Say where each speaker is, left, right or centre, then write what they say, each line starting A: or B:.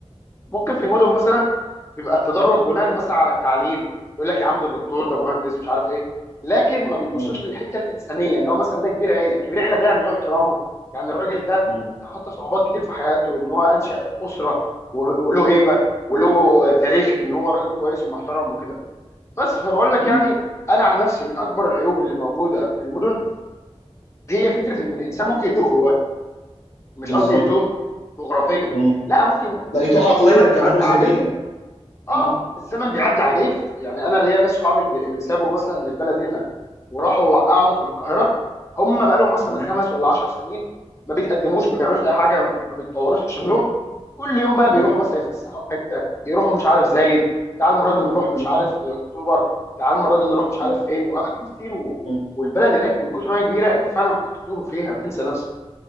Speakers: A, on the left (about 25°); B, on the left (about 85°).
A: ممكن في المدن مثلا بيبقى التدرج بناء مثلا على التعليم يقول لك يا عم ده دكتور ده مهندس مش عارف ايه لكن ما بيبصوش
B: مم.
A: للحته الانسانيه ان هو مثلا ده كبير عيله كبير عيله ده يعني له احترامه يعني الراجل ده
B: مم.
A: تخطى صعوبات كتير في حياته ان هو انشا اسره و- وله هيبه وله تاريخ ان هو راجل كويس ومحترم وكده بس فبقول لك
B: مم.
A: يعني انا عن نفسي من اكبر العيوب اللي موجوده في المدن هي فكره ان الانسان ممكن يتوه هو مش
B: بالظبط
A: قصدي تهت جغرافيا
B: مم.
A: لا ممكن
B: لقيته
A: انت الزمن
B: عقليا كمان
A: بيعدي
B: وذهنيا
A: عليك اه
B: مم.
A: الزمن بيعدي عليك يعني انا ليا ناس صحابي اللي اللي سابوا مثلا البلد هنا وراحوا قعدوا في القاهره هم بقى لهم مثلا
B: مم.
A: خمس ولا عشر سنين ما بيتقدموش ما بيعملوش اي حاجه ما بيتطوروش في شغلهم
B: مم.
A: كل يوم بقى
B: مم.
A: بيروحوا مثلا يتفسحوا في حته يروحوا مش عارف زايد تعال المره دي نروح
B: مم.
A: مش عارف اكتوبر تعال المره دي نروح مش
B: مم.
A: عارف فين واماكن كتير و...
B: مم.
A: والبلد هناك من كتر ما هي كبيره انت فعلا ممكن تتوه فيها وتنسى نفسك